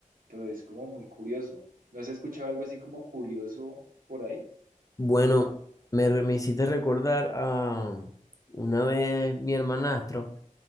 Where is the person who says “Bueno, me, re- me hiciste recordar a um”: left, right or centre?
Left